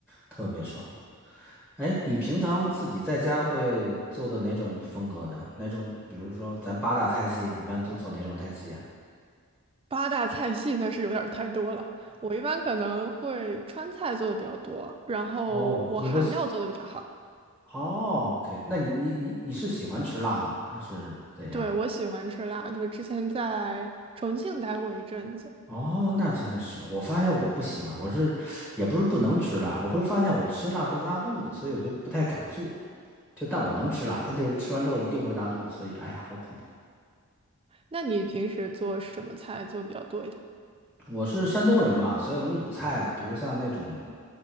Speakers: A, in the centre; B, on the right.
A: 特别爽。哎，你平常自己在家会做的哪种风格的？哪种？比如说咱八大菜系，你一般都做哪种菜系呀？
B: 八大菜系那是有点儿太多了。我一般可能会川菜做的比较多，然后我韩料做的比较好。
A: 哦，你会哦，OK，那你你你你是喜欢吃辣吗？还是怎样？
B: 对，我喜欢吃辣，就是之前在重庆待过一阵子。
A: 哦，那真的是，我发现我不行啊，我是也不是不能吃辣，我会发现我吃辣会拉肚子，所以我就不太敢做。就但我能吃辣，但就是吃完之后一定会拉肚子，所以哎呀，好恐怖。
B: 那你平时做什么菜做得比较多一点？
A: 我是山东人嘛，所以我们鲁菜，比如像那种